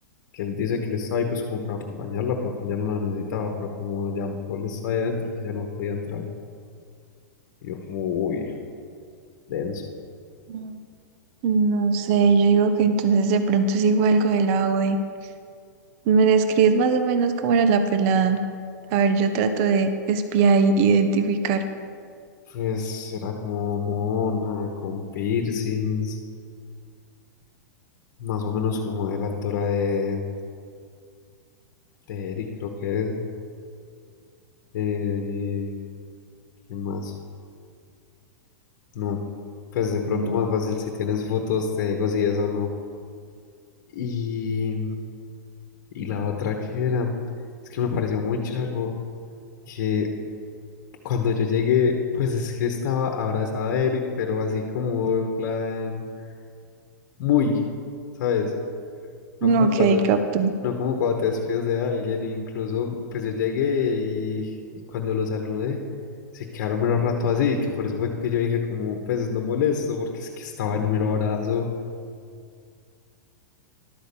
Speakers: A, on the left; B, on the right.
A: Que él dice que él estaba ahí, pues, como para acompañarla, pero que él ya no la necesitaba, pero como Jean Paul estaba ahí adentro, que ya no podía entrar. Y yo como, uy, denso.
B: Mm. No sé, yo digo que entonces de pronto sí fue algo de la OE. ¿Me describes más o menos cómo era la pelada? A ver, yo trato de espiar y identificar.
A: Pues era como mona, con piercings, más o menos como de la altura de, de Eric, creo que es. Eh, ¿qué más? No, pues de pronto
B: Mm.
A: más fácil si tienes fotos, te digo si eso o no. Y, y la otra que era, es que me pareció muy charro que cuando yo llegué, pues es que estaba abrazada de Eric, pero así como en plan. muy, ¿sabes? No
B: No,
A: como
B: ok,
A: cuando,
B: capto.
A: no como cuando te despides de alguien, incluso pues yo llegué y, y cuando lo saludé se quedaron mero rato así, que por eso fue que yo dije como pues no molesto porque es que estaba en mero abrazo.